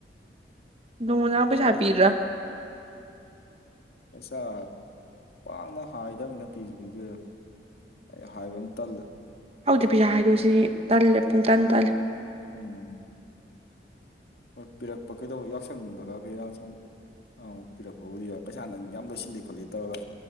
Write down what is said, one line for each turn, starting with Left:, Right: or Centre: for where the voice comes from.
Right: ꯅꯪꯉꯣꯟꯗ ꯄꯩꯁꯥ ꯄꯤꯗ꯭ꯔꯥ
Left: ꯄꯩꯁꯥ ꯄꯥꯛꯅ ꯍꯥꯏꯗꯕꯅꯦ ꯄꯤꯁꯨ ꯄꯤꯗꯣꯏꯅꯦ ꯑꯩ ꯍꯥꯏꯕ ꯌꯥꯝ ꯇꯜꯂꯦ
Right: ꯍꯧꯗꯩꯩ ꯄꯩꯁꯥ ꯍꯥꯏꯗꯣꯏꯁꯤ ꯇꯜꯂꯦ ꯄꯨꯡ ꯇꯟ ꯇꯜꯂꯦ
Left: ꯎꯝ ꯍꯣꯏ ꯄꯤꯔꯛꯄ ꯀꯩꯗꯧꯕ ꯌꯥꯎꯁ ꯁꯪꯗꯒ ꯀꯩꯔꯥ ꯁꯨꯝ ꯄꯤꯔꯛꯄꯕꯨꯗꯤ ꯌꯧꯏ ꯄꯩꯁꯥ ꯅꯪ ꯌꯥꯝ ꯂꯣꯏꯁꯤꯜꯂꯤ ꯈꯣꯠꯂꯤ ꯇꯧꯔꯒ